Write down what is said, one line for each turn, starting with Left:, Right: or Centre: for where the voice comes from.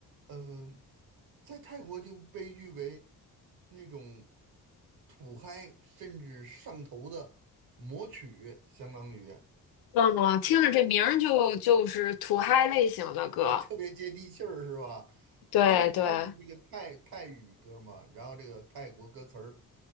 Right: 呃，在泰国就被誉为那种土嗨甚至上头的魔曲，相当于。
Left: 嗯，我听着这名儿就就是土嗨类型的歌，
Right: 那特别接地气儿是吧？
Left: 对对，
Right: 因为它是这个泰泰语歌嘛，然后这个泰国歌词儿，